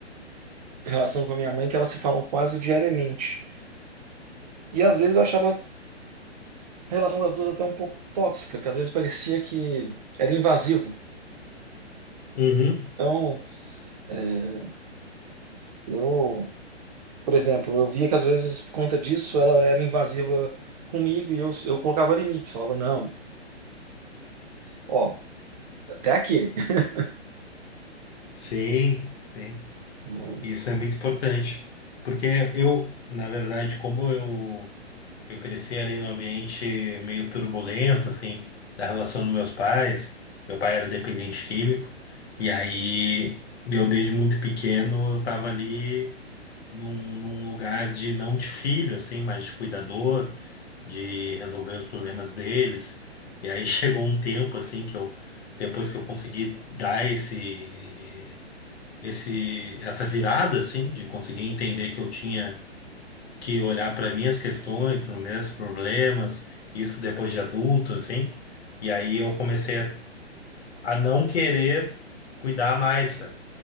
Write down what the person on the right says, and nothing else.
relação com a minha mãe que elas se falam quase diariamente. E às vezes eu achava a relação das duas até um pouco tóxica, que às vezes parecia que era invasivo.
Então, é, eu, por exemplo, eu via que às vezes por conta disso ela era invasiva comigo e eu, eu colocava limites. Falava, não, ó, até aqui. <laughs>
Não,